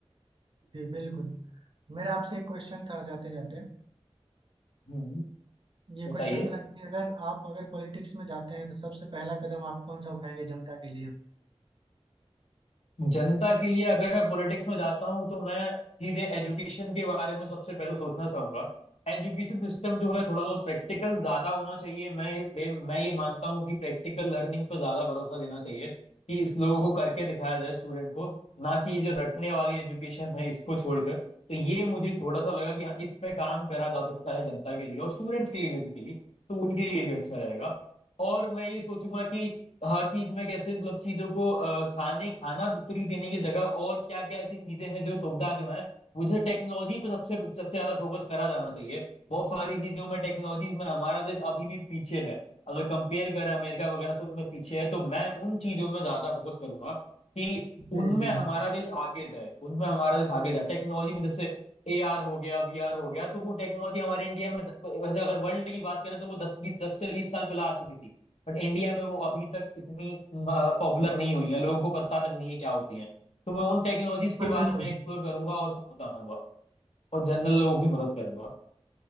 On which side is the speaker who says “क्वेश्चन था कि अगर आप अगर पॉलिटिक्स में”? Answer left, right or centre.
Right